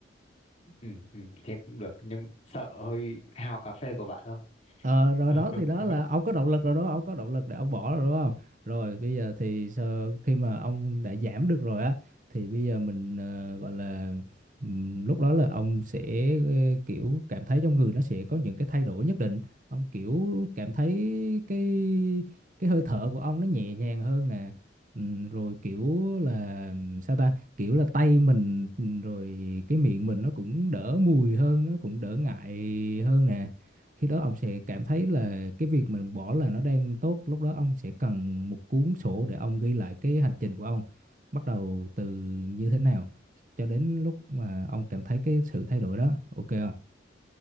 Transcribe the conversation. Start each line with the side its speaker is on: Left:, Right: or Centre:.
Left: Ừ, ừ, thế cũng được nhưng sợ hơi hao cà phê của bạn thôi.
Right: Ờ, rồi
Left: <laughs>
Right: đó thì đó là ông có động lực rồi đó ông có động lực để ông bỏ rồi đúng không rồi bây giờ thì sau khi mà ông đã giảm được rồi á thì bây giờ mình ờ, gọi là ừm, lúc đó là ông sẽ ờ, kiểu cảm thấy trong người nó sẽ có những cái thay đổi nhất định ông kiểu cảm thấy cái cái hơi thở của ông nó nhẹ nhàng hơn nè Ừm, rồi kiểu là ừm, sao ta kiểu là tay mình ừm, rồi cái miệng mình nó cũng đỡ mùi hơn nó cũng đỡ ngại hơn nè khi đó ông sẽ cảm thấy là cái việc mình bỏ là nó đang tốt, lúc đó ông sẽ cần một cuốn sổ để ông ghi lại cái hành trình của ông, bắt đầu từ như thế nào cho đến lúc mà ông cảm thấy cái sự thay đổi đó, ok không?